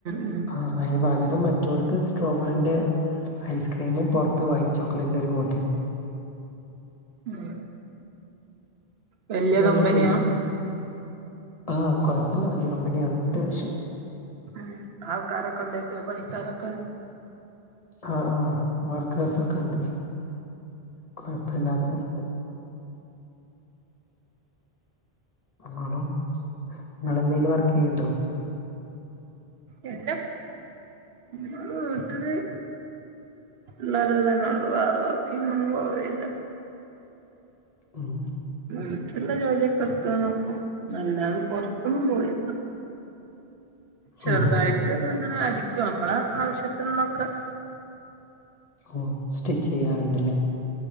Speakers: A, on the right (about 80°); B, on the left (about 40°).
A: ഉം
B: ആ അയിന് പകരം മറ്റോടത്‌ സ്ട്രോബെറിന്റെ ഐസ്ക്രീമും പുറത്ത് വൈറ്റ് ചോക്ലേറ്റിന്റെ ഒരു കോട്ടിങ്‌
A: ഉം വല്യ
B: നല്ല
A: കമ്പനിയാ
B: ടേസ്റ്റ് ഉണ്ട് ആ കൊഴപ്പില്ല വലിയ കമ്പനിയാണ് അത്യാവശ്യം
A: ഉം ആൾക്കാരൊക്കെ ഉണ്ടേയ്‌ക്കൂലെ പണിക്കാരൊക്കെ
B: ആഹ് ആഹ് വർക്കേഴ്സ് ഒക്കെണ്ട് കുഴപ്പില്ലാതെ പോണു നിങ്ങളോ നിങ്ങൾ എന്തേലും വർക്ക് ചെയ്യണ്ടോ
A: ഇല്ല ഞാൻ വീട്ടില് ള്ളരൊത് തന്നെ ള്ളൂ വേറെ വർക്ക്നൊന്നും പോവേല്ല
B: ഉം.
A: വീട്ടീള്ള ജോലിയൊക്കെ എടുത്ത് നോക്കും അല്ലാതെ പൊറത്തൊന്നും പോയില്ല ചെറുതായിട്ട്ങ്ങനെ
B: ഓഹ്
A: അടിക്കും അമ്മളെ ആവശ്യത്തിനുള്ളൊക്കെ
B: ഓ സ്റ്റിച്ച് ചെയ്യാറുണ്ടല്ലേ?